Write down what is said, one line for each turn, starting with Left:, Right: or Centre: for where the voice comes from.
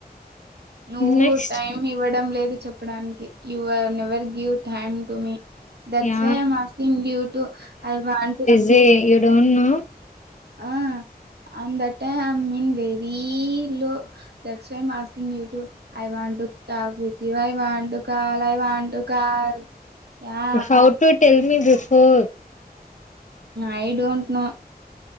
Right: నువ్వు
Left: నెక్స్ట్
Right: టైమ్ ఇవ్వడం లేదు చెప్పడానికి you are never give time to me that's
Left: yeah
Right: my I am asking you to I want to
Left: J you don't know
Right: ah on that time I'm very low that's why asking you to I want to talk with I want you call I want call yeah
Left: how to tell me before
Right: I don't know